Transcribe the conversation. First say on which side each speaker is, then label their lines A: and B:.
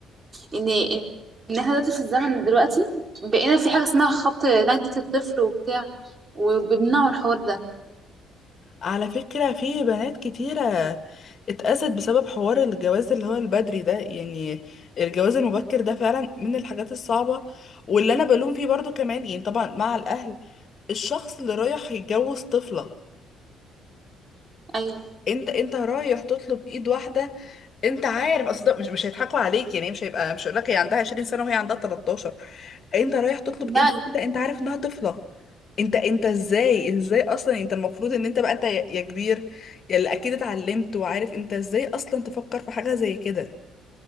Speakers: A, on the right (about 30°); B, on the left (about 45°).
A: ان ان إن احنا دلوقتي في الزمن دلوقتي بقينا في حاجه اسمها خط نجدة الطفل وبتاع وبيمنعوا الحوار ده
B: على فكرة في بنات كتيرة اتأذت بسبب حوار الجواز اللي هو البدري ده يعني الجواز المبكر ده فعلا من الحاجات الصعبة واللي انا بلوم فيه برضو كمان يعني طبعا مع الاهل الشخص اللي رايح يتجوز طفلة
A: ايوه
B: انت انت رايح تطلب ايد واحده انت عارف اصل ده مش مش هيضحكوا عليك يعني مش هيبقى مش هيقول لك هي عندها 20 سنه وهي عندها 13 انت رايح تطلب
A: لا
B: ايد واحده انت عارف انها طفله انت انت ازاي ازاي اصلا انت المفروض ان انت بقى انت يا يا كبير يا اللي اكيد اتعلمت وعارف انت ازاي اصلا تفكر في حاجه زي كده